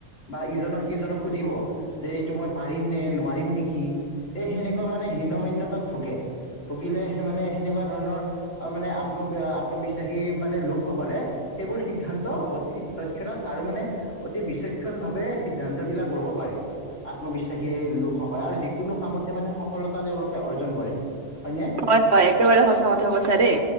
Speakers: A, on the left; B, on the right.
A: বা ইজনক সিজনক সুধিব যে এইটো মই পাৰিম নে নোৱাৰিম নেকি এ সেনেকুৱা মানে হীন মান্যতাত ভোগে। ভুগিলে মানে সেনেকুৱা ধৰণৰ মানে আত্ম আত্মবিশ্বাসী মানে লোকসকলে সেইবোৰ সিদ্ধান্ত অতি তক্ষণাত আৰু মানে অতি বিক্ষ্যণ ভাৱে সিদ্ধান্ত বিলাক ল'ব পাৰে। আত্মবিশ্বাসী লোকসক আৰু যিকোনো কামতে মানে সফলতা তেওঁলোকে অৰ্জন কৰে। হয়নে
B: হয় হয় একেবাৰে সঁচা কথা কৈছা দেই